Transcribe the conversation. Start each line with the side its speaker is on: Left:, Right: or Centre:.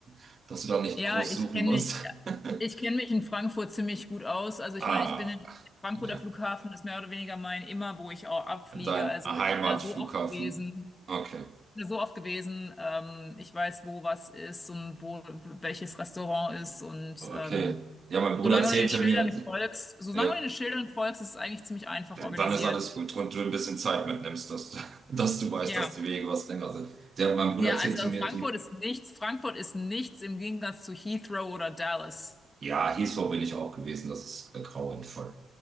Right: <laughs> dass du da nicht
Left: Ja,
Right: groß
Left: ich
Right: suchen
Left: kenne
Right: musst.
Left: mich.
Right: <laughs>
Left: Ich kenne mich in Frankfurt ziemlich gut aus. Also ich
Right: Ah,
Left: meine, ich bin in Frankfurter
Right: ja.
Left: Flughafen ist mehr oder weniger mein immer, wo ich auch abfliege.
Right: Dein
Left: Also
Right: Heimatflughafen.
Left: ich bin da so oft gewesen.
Right: Okay,
Left: Ja, so oft gewesen. Ähm, ich weiß, wo was ist und wo welches Restaurant ist. Und
Right: okay.
Left: ähm,
Right: Ja, mein Bruder
Left: solange
Right: erzählte
Left: du den Schildern
Right: mir,
Left: folgst, solange
Right: ja,
Left: du den Schildern folgst, ist es eigentlich ziemlich einfach
Right: dann
Left: organisiert.
Right: ist alles gut und du ein bisschen Zeit mitnimmst, dass, du- <laughs> dass du weißt,
Left: Ja.
Right: dass die Wege was länger sind. Der, mein Bruder
Left: Ja,
Right: erzählte
Left: also
Right: mir,
Left: Frankfurt
Right: die,
Left: ist nichts. Frankfurt ist nichts im Gegensatz zu Heathrow oder Dallas.
Right: ja, Heathrow bin ich auch gewesen, das ist grauenvoll.